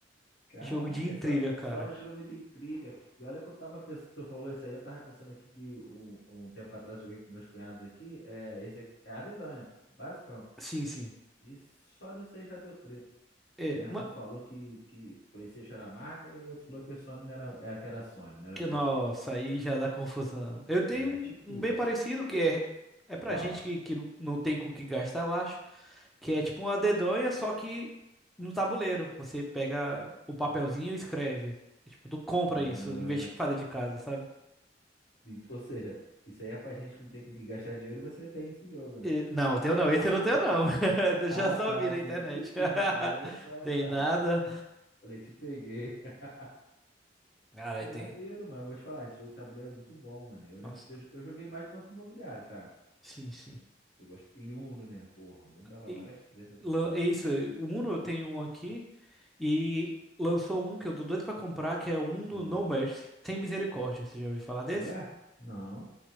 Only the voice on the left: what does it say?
Caraca,
é só,
só jogo de intriga. E olha que eu tava pensando, tu falou isso aí, eu tava pensando aqui que um, um tempo atrás eu joguei com meus cunhados aqui, é, esse aqui é a dedanha, basicão.
E só nisso aí já deu treta.
né?
Um falou que, que PlayStation era marca e outro falou que a Sony não era, é, que era Sony, não era
PlayStation.
É,
tipo
isso.
Qual?
Ah,
e- ou seja, isso aí é pra gente que não tem com o que gastar dinheiro e você tem esse jogo, né?
<laughs>
Ah,
tá,
pensei
que tu tinha. Eu falei,
opa,
<laughs>
falei, te peguei. <laughs>
Pô,
maneiro, mano. Eu vou te falar, esse jogo de tabuleiro é muito bom, mano. Eu lembro
de ter, eu joguei mais de Banco Imobiliário, cara.
Eu gosto E Uno, né? Porra, Uno dava
várias tretas também,
cara.
Ah,
Ué? Não.